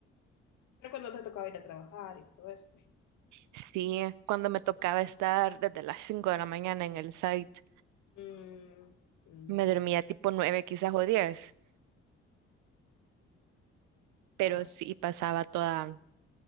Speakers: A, on the left; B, on the right.
A: Pero cuando te tocaba ir a trabajar y todo eso.
B: sí, cuando me tocaba estar desde las 5 de la mañana en el site,
A: Mm, mhm.
B: me dormía tipo 9 quizás o diez pero
A: Ah,
B: sí
A: pero...
B: pasaba toda,